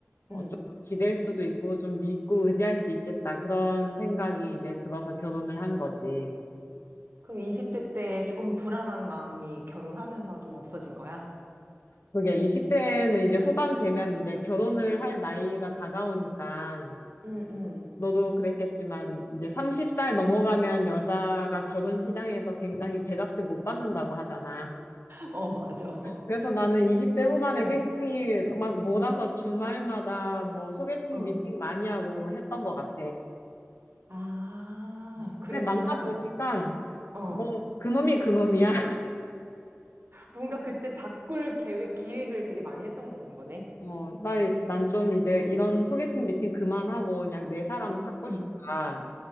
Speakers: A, on the left (about 70°); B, on the right (about 55°).
A: 어,
B: 응.
A: 좀 기댈 수도 있고, 좀 믿고 의지할 수 있겠다. 그런 생각이 이제 들어서 결혼을 한 거지.
B: 그럼 20대 때 조금 불안한 마음이 결혼하면서 좀 없어진 거야?
A: 그게 20대는 이제 후반 되면 이제 결혼을 할 나이가 다가오니까,
B: 응, 응.
A: 너도 그랬겠지만, 이제 30살 넘어가면 여자가 결혼 시장에서 굉장히 제값을 못 받는다고 하잖아.
B: <laughs> 어, 맞아.
A: 그래서 나는 20대 후반에
B: 응,
A: 굉장히 막 몰아서 주말마다 뭐 소개팅,
B: 어.
A: 미팅 많이 하고 했던 것 같아.
B: 아,
A: 근데
B: 그랬구나.
A: 만나보니까,
B: 어.
A: 뭐, 그놈이 그놈이야.
B: 뭔가 그때 바꿀 계획, 기획을 되게 많이 했던 건가 보네.
A: 어, 나, 난 좀 이제
B: 어,
A: 이런 소개팅 미팅 그만하고 그냥 내 사람 찾고
B: 응,
A: 싶다.